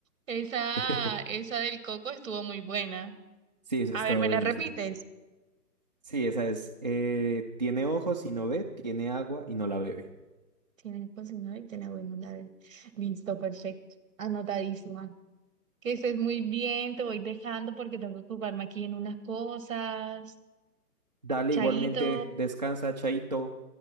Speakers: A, on the right (about 50°); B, on the right (about 30°).
A: Esa,
B: <laughs>
A: esa del coco estuvo muy buena.
B: Sí, eso
A: A
B: está
A: ver, ¿me
B: buenísimo.
A: la repites?
B: Sí, esa es. eh, tiene ojos y no ve, tiene agua y no la bebe.
A: Tienes cocinado y te la voy a mandar. el- Listo, perfecto. Anotadísima. Que estés muy bien, te voy dejando porque tengo que ocuparme aquí en unas cosas.
B: Dale,
A: Chaito.
B: igualmente, descansa, Chaito.